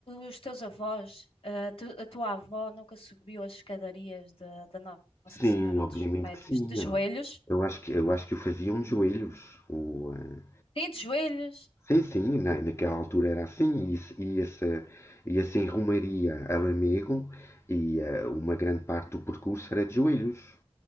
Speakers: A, on the left; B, on the left.
A: os teus avós, eh, tu- a tua avó nunca subiu as escadarias da da No- Nossa
B: Sim,
A: Senhora
B: obviamente
A: dos Remédios?
B: que sim.
A: De joelhos?
B: Eu eu acho que, eu acho que o faziam de joelhos. O, ah,
A: Sim, de joelhos.
B: sim, sim, na, naquela altura era assim. E, se- e essa, e assim rumaria a Lamego e ah, uma grande parte do percurso era de joelhos.